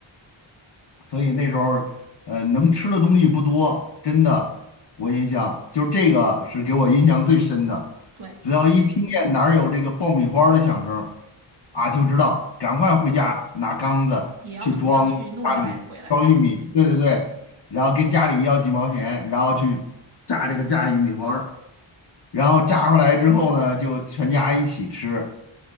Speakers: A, on the left; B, on the right.
A: 所以那时候呃，能吃的东西不多，真的，我印象就是这个是给我印象最深的。
B: 对，
A: 只要一听见哪儿有这个爆米花儿的响声儿啊，就知道赶快回家拿缸子去装大米、
B: 也要同样去弄一袋子回来。
A: 装玉米，对对对，然后跟家里要几毛钱，然后去炸这个炸玉米花儿，然后炸回来之后呢，就全家一起吃。